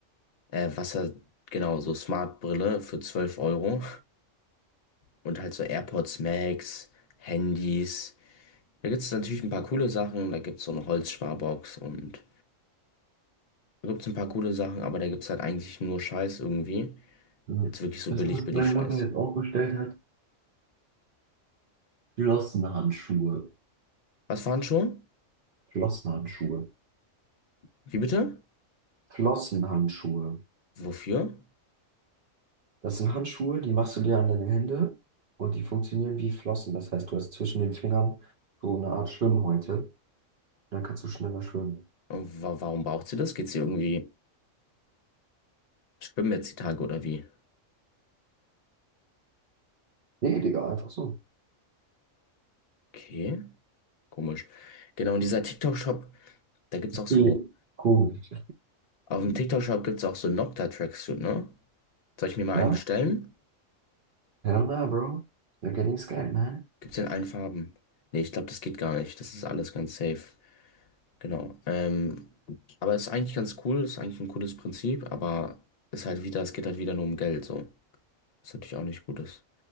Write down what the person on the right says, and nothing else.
Ja.
Das,
was
meine
Mutter jetzt auch bestellt hat, Flossenhandschuhe.
Flossenhandschuhe.
Flossenhandschuhe.
Das sind Handschuhe, die machst du dir an deine Hände und die funktionieren wie Flossen. Das heißt, du hast zwischen den Fingern so eine Art Schwimmhäute. Und dann kannst du schneller schwimmen.
Nee, Digga, einfach so.
Viel komisch.
Ja?
Hell nah, bro. You're getting scared, man.